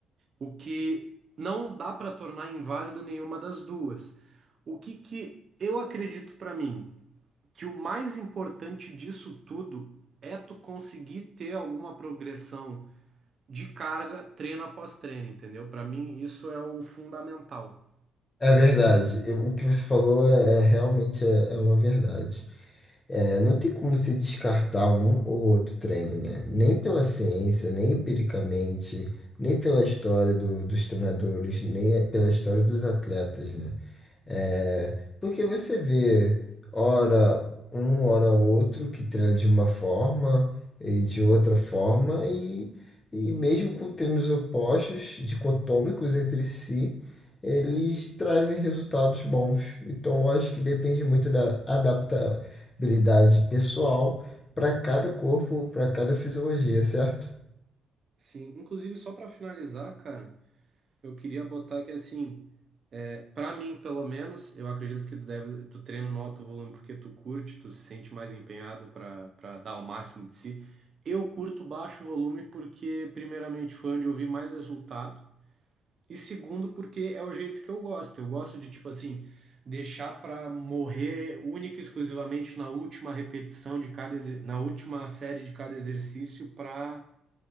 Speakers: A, on the right; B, on the left.
A: o que não dá para tornar inválido nenhuma das duas. O que que eu acredito para mim, que o mais importante disso tudo é tu conseguir ter alguma progressão de carga treino após treino, entendeu? Para mim isso é o fundamental.
B: É verdade. Eu- o que você falou é, é realmente é, é uma verdade. É, não tem como você descartar um ou outro treino, né? Nem pela ciência, nem empiricamente, nem pela história do- dos treinadores, nem pela história dos atletas, né? É, porque você vê, ora um, ora outro, que treina de uma forma e de outra forma, e, e mesmo com treinos opostos, dicotômicos entre si, eles trazem resultados bons. Então, eu acho que depende muito da adaptabilidade pessoal para cada corpo, para cada fisiologia, certo?
A: Sim, inclusive só para finalizar, cara, Eu queria botar que assim, é, para mim pelo menos, eu acredito que tu deve, tu treina no alto volume porque tu curte, tu se sente mais empenhado para para dar o máximo de si. Eu curto baixo volume porque primeiramente foi onde eu vi mais resultado e segundo porque é o jeito que eu gosto. Eu gosto de tipo assim, deixar para morrer única e exclusivamente na última repetição de cada exer- na última série de cada exercício para